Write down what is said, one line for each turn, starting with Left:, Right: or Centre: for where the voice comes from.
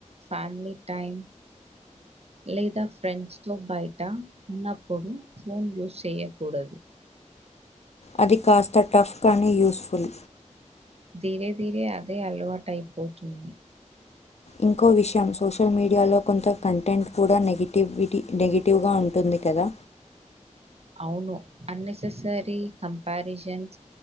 Right: ఫ్యామిలీ టైం లేదా ఫ్రెండ్స్ తో బయట ఉన్నప్పుడు ఫోన్ యూజ్ చేయకూడదు
Left: అది కాస్త టఫ్ కాగానీ <unintelligible> యూస్్ఫుల్
Right: ీరేధీరే అదే అలవాటు అయిపోతుంది
Left: ఇంకో విషయం సోషల్ మీడియాలో కొంత కంటెంట్ కూడా నెగిటివిటీ నెగిటివ్గా ఉంటుంది కదా
Right: అవును అన్నెససరీ కంపారిజన్స్